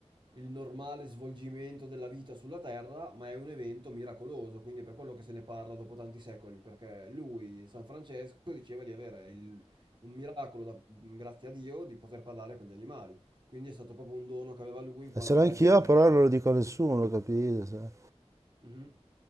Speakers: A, on the right (about 40°); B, on the right (about 25°).
A: il normale svolgimento della vita sulla Terra, ma è un evento miracoloso, quindi è per quello che se ne parla dopo tanti secoli, perché lui, San Francesco, diceva di avere il- un miracolo, da- grazie a Dio, di poter parlare con gli animali. Quindi è stato proprio un dono che aveva lui in quanto
B: E ce l'ho anch'io,
A: essere
B: però non lo dico a nessuno, capito? Cioè,
A: Mhm.